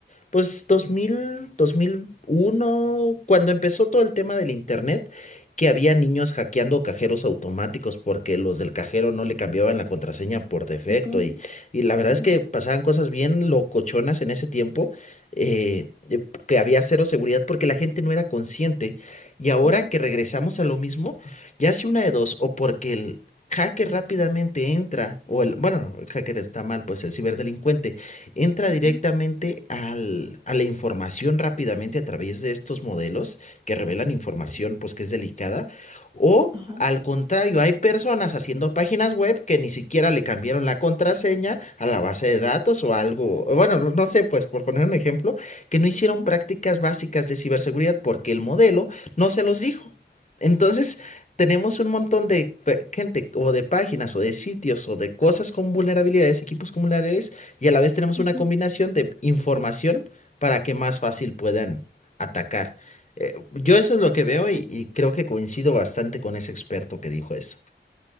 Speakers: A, on the left; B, on the right.
A: pues 2000, 2001, cuando empezó todo el tema del internet, que había niños hackeando cajeros automáticos porque los del cajero no le cambiaban la contraseña por defecto
B: ujú,
A: y, y la verdad
B: sí,
A: es que pasaban cosas bien locochonas en ese tiempo, eh, eh, que había cero seguridad porque la gente no era consciente y ahora
B: ujú,
A: que regresamos a lo mismo, ya hace una de dos, o porque el... hacker rápidamente entra, o el, bueno, el hacker está mal, pues el ciberdelincuente entra
B: ujú,
A: directamente al- a la información rápidamente a través de estos modelos que revelan información
B: sí,
A: pues que es delicada o
B: Ajá.
A: al contrario, hay personas haciendo páginas web que ni siquiera le cambiaron la contraseña a la base de datos o algo, o bueno, no no sé, pues por poner un ejemplo, que no hicieron
B: ujú,
A: prácticas básicas de ciberseguridad porque el modelo no se los dijo. Entonces, tenemos un montón
B: sí, sí,
A: de pe- gente o de páginas o de sitios o de cosas con vulnerabilidades, equipos con vulnerabilidades y a la vez tenemos
B: ujú.
A: una combinación de información para que más fácil puedan atacar. Eh, yo eso es lo que veo y, y creo que coincido bastante con ese experto que dijo eso.